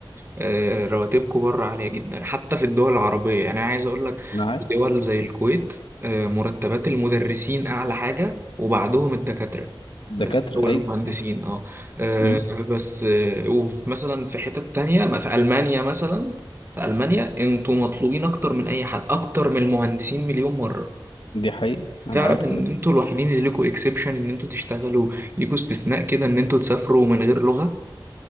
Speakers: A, on the right (about 25°); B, on the left (about 70°).
A: آه، رواتبكم بره عالية جدا حتى في الدول العربية يعني أنا عايز أقول لك
B: انا عارف
A: في دول زي الكويت آه، مرتبات المدرسين أعلى حاجة وبعدهم الدكاترة
B: دكاترة
A: الدكاترة والمهندسين
B: اي أي.
A: اه آه،
B: مم.
A: بس آه، ومثلا في حتت تانية ما في ألمانيا مثلا في ألمانيا انتوا مطلوبين أكتر من أي حد أكتر من المهندسين مليون مرة
B: دي حقيقة انا
A: تعرف
B: عارف
A: إن
B: ده
A: انتوا الوحيدين اللي ليكوا إكسبشن إن انتوا تشتغلوا ليكوا استثناء كده إن انتوا تسافروا من غير لغة